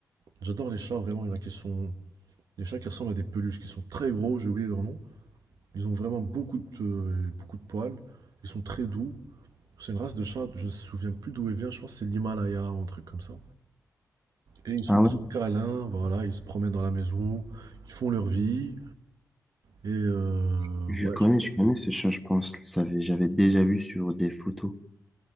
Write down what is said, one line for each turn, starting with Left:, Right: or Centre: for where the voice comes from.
Right: J'adore les chats, vraiment. Il y en a qui sont... Les chats qui ressemblent à des peluches, qui sont très gros, j'ai oublié leur nom. Ils ont vraiment beaucoup de, euh, beaucoup de poils. Ils sont très doux. C'est une race de chat, je ne me souviens plus d'où elle vient, je pense que c'est l'Himalaya ou un truc comme ça. Et ils sont
Centre: Ah
Right: très
Centre: ouais,
Right: câlins, voilà, ils se promènent dans la maison, ils font leur vie. Et euh,
Centre: je
Right: ouais,
Centre: connais,
Right: je pense.
Centre: je connais ce chat, je pense. Ça avait- J'avais déjà vu sur des photos.